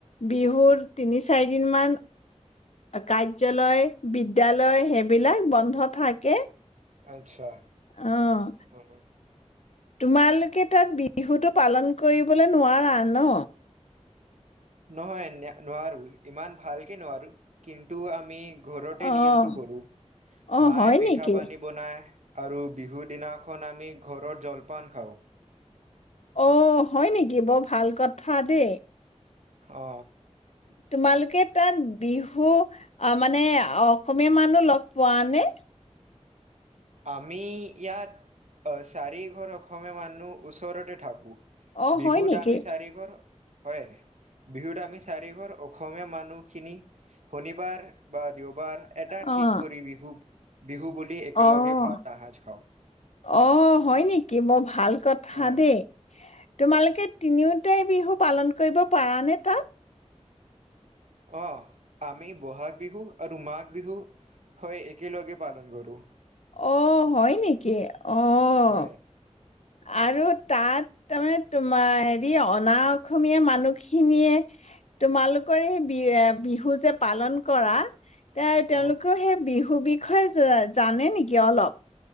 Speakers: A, on the left; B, on the right.
A: বিহুৰ তিনি চাৰিদিন মান কাৰ্য্যালয় বিদ্যালয় সেইবিলাক বন্ধ থাকে।
B: আচ্ছা
A: অ',
B: হম হম
A: তোমালোকে তাত বিহুটো পালন কৰিবলৈ নোৱাৰা ন
B: নহয় নে নোৱাৰো ইমান ভালকে নোৱাৰো কিন্তু আমি ঘৰতে
A: অ',
B: নিয়মটো কৰো
A: অ',
B: মায়ে
A: হয়
B: পিঠা
A: নেকি
B: পানী বনায় আৰু বিহু দিনাখন আমি ঘৰত জলপান খাওঁ
A: অ হয় নেকি বৰ ভাল কথা দেই
B: অ
A: তোমালোকে তাত বিহু মানে অ অসমীয়া মানুহ লগ পোৱা নে
B: আমি ইয়াত অ চাৰিঘৰ অসমীয়া মানুহ ওচৰতে থাকোঁ
A: অ',
B: বিহুত
A: হয় নেকি
B: আমি চাৰিঘৰ হয় বিহুত আমি চাৰিঘৰ অসমীয়া মানুহখিনি শনিবাৰ বা দেওবাৰ এটা
A: অ',
B: ঠিক কৰি বিহু বিহু বুলি একেলগে
A: অ',
B: ভাত এহাঁজ খাওঁ
A: অ হয় নেকি বৰ ভাল কথা
B: হয়
A: দেই তোমালোকে তিনিওটাই বিহু পালন কৰিব পাৰা নে তাত
B: অ আমি বহাগ বিহু আৰু মাঘ বিহু হয় একেলগে পালন কৰোঁ
A: অ হয় নেকি অ'
B: হয়
A: আৰু তাত তাৰমানে তোমাৰ হেৰি অনা অসমীয়া মানুহখিনিয়ে তোমালোকৰ এই বি বিহু যে পালন কৰা তে তেওঁলোকেও
B: অ'
A: সেই বিহু হু বিষয়ে জ জানে নেকি কে অলপ